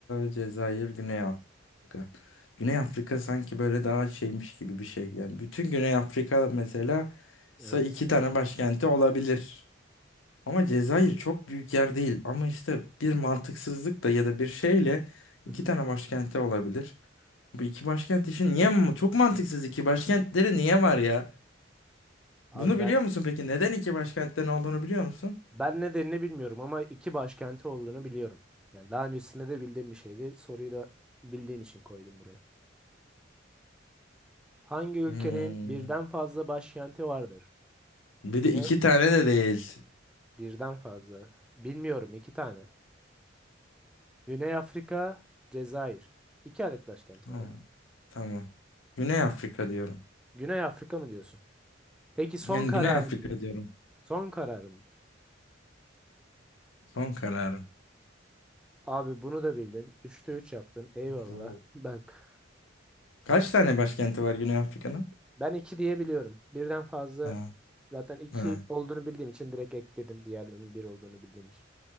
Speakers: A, on the left (about 85°); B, in the centre.
A: Cezayir, Güney Afrika. Güney Afrika sanki böyle daha şeymiş gibi bir şey. Yani bütün Güney Afrika mesela
B: Evet.
A: sa- iki tane başkenti olabilir. Ama Cezayir çok büyük yer değil. Ama işte bir mantıksızlık da ya da bir şeyle
B: Hı
A: iki
B: hı.
A: tane başkenti olabilir. Bu iki başkent işi niye mu- çok mantıksız iki başkentleri niye var ya?
B: Abi
A: Bunu
B: ben
A: biliyor musun peki? Neden iki başkentten olduğunu biliyor musun?
B: ben nedenini bilmiyorum ama iki başkenti olduğunu biliyorum. Yani daha öncesinde de bildiğim bir şeydi. Soruyu da bildiğim için koydum buraya. Hangi ülkenin
A: Hmm.
B: birden fazla başkenti vardır?
A: Bir
B: Güney
A: de iki tane de değil.
B: birden fazla. Bilmiyorum iki tane. Güney Afrika, Cezayir. İki adet başkenti
A: Ha,
B: var ya.
A: tamam. Güney Afrika diyorum.
B: Güney Afrika mı diyorsun? Peki son
A: Yani
B: kararım
A: Güney Afrika
B: mı?
A: diyorum.
B: Son kararım. mı?
A: Son kararım.
B: Abi bunu da bildin. Üçte üç yaptın. Eyvallah.
A: Bu...
B: Bak.
A: Kaç tane başkenti var Güney Afrika'nın?
B: Ben iki diye biliyorum. Birden fazla
A: Ha,
B: zaten iki
A: ha.
B: olduğunu bildiğim için direkt ekledim diğerlerinin bir olduğunu bildiğim için.